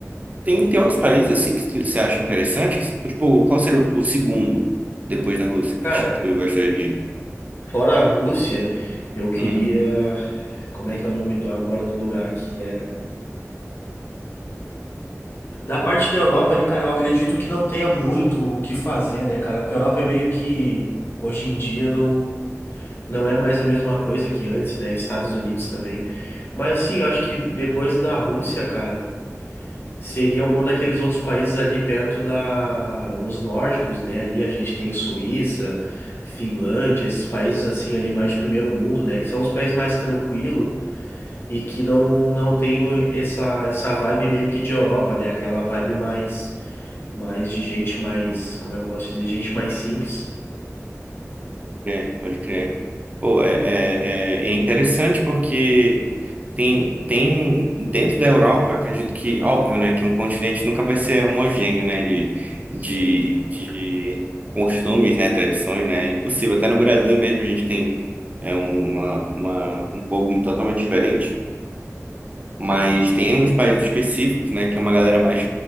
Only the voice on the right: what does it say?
tem, tem outros países assim que você acha interessante? Que, Tipo, qual seria o, o segundo depois da Rússia pra
ti, que tu gostaria de ir?
Uhum.
É, pode crer. Pô, é, é, é é interessante porque tem, tem dentro da Europa, eu acredito que, óbvio, né, que um continente nunca vai ser homogêneo, né, de, de,
de costumes, né, tradições, né, é impossível. Até no Brasil mesmo a gente tem é, uma, uma, um povo totalmente diferente. Mas tem uns países específicos, né, que é uma galera mais